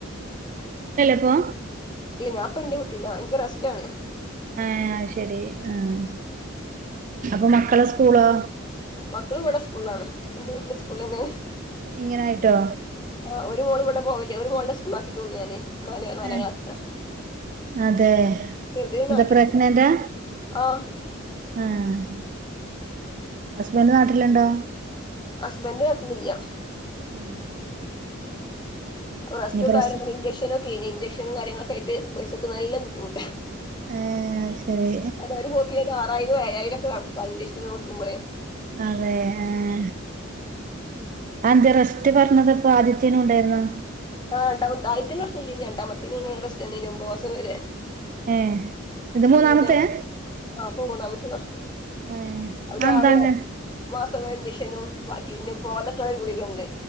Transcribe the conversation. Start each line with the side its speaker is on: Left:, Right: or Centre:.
Right: ഇപ്പൊ
Left: ഇല്ല ഞാൻപ്പന്റെ വീട്ടിലാ റസ്റ്റാണ്
Right: ആഹ അ ശരി ആഹ അപ്പൊ മക്കളെ സ്കൂളോ?
Left: മക്കളവിടൊ സ്കൂളാണ് ന്റെ വീട്ടിലെ സ്കൂളണെന്ന്
Right: ഇങ്ങനായിട്ടോ
Left: ആഹ് ഒരു മോള് ഇവടെ പോവല് ഒരു മോളിനെ സ്കൂളാക്കീട്ടൊള്ളു ഞാന് നാല് നാലാം
Right: ഏഹ്
Left: ക്ലാസ്സിലാ.
Right: അതെ
Left: <unintelligible>
Right: എന്താ പ്രഗ്നന്റാ
Left: ആഹ്
Right: ആഹ് ഹസ്ബൻ് നാട്ടിലുണ്ടോ?
Left: ഹസ്ബൻഡ് നാട്ടിലില്ല
Right: ആഹ്
Left: റെസ്റ്റോക്കെ
Right: ഇനി പ്രസ
Left: ആയേനെ കൊണ്ട് ഇൻജെക്ഷൻ ഒക്കെ കൈഞ്ഞു ഇൻജെക്ഷനും കാര്യങ്ങളൊക്കായിട്ട് പൈസക്ക്‌ നല്ല ബുദ്ധിമുട്ടാഹ്
Right: ഏഹ് ശരി
Left: അതൊരു പോക്കിനന്നെ ആറായിരോ ഏയായിരുക്കണക്ക് ഇഞ്ചക്ഷനോടുക്കുബെളേ
Right: അതെ ആഹ് ആന്ത്യെ റസ്റ്റ് പറഞ്ഞത് പ്പൊ ആദിത്യനു ണ്ടാര്ന്നൊ?
Left: ആഹ് രണ്ടാമത്ത ആദ്യത്തിന് പ്രശ്നലര്ന്ന് രണ്ടാമത്തിന് ങ്ങെ റെസ്റ്റെന്നേനു ഒമ്പത് മാസം വരെ
Right: ഏഹ് ഇത്
Left: അപ്പ
Right: മൂന്നാമത്തെയാ
Left: പിന്നെ ആഹ് ഇപ്പൊ മൂന്നാമത്തെതാ
Right: ഏഹ്
Left: അവന്
Right: അതെന്താ
Left: ആറ്
Right: അങ്ങനെ
Left: മാസകന്റിഷനും ബാക്കി പിന്നെ പോവാതെക്കാന്ള്ള ഗുളികണ്ട്